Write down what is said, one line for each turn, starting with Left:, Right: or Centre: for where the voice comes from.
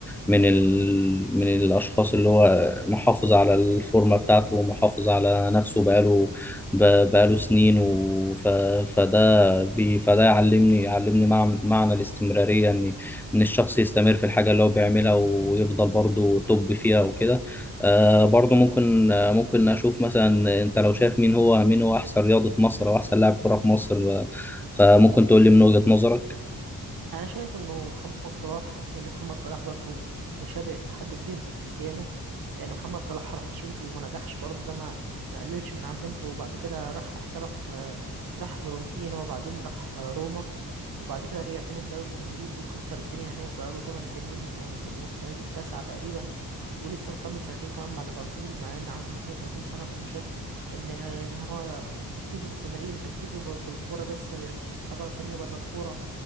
Centre: من ال... من الاشخاص اللي هو محافظ على الفورمه بتاعته ومحافظ على نفسه بقاله ب... بقاله سنين و... ف... فده بي... فده يعلمني يعلمني مع... معنى الاستمراريه ان ان الشخص يستمر في الحاجه اللي هو بيعملها ويفضل برضه توب فيها وكده آه برضه ممكن آه ممكن اشوف مثلا انت لو شايف مين هو مين هو احسن رياضي في مصر او احسن لاعب كره في مصر آه، فممكن تقول لي من وجهة نظرك
Right: انا شايف انه محمد صلاح لان محمد صلاح برضو مشابه لحد كبير في كريستيانو يعني محمد صلاح راح تشيلسي وما نجحش برضو ده ما ما قللش من عزيمته وبعد كده راح احترف آه، راح فيرونتينا وبعدين راح آه، روما وبعد كده رجع تاني الدوري الانجليزي كسر الدنيا هناك بقاله 8 سنين و- والسنه دي التاسعه تقريبا ولسه مكمل سنتين كمان مع ليفربول مع ان عنده 32 سنه فانا شايف ان ان هو تركيزه في التمرين تركيزه في الكوره بس ما بيركزش في حاجه تانية بره الكوره